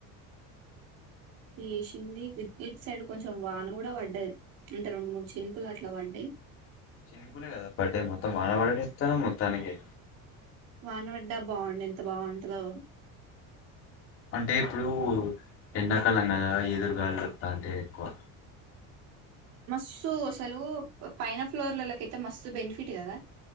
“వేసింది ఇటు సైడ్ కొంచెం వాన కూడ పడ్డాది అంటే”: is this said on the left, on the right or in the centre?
Right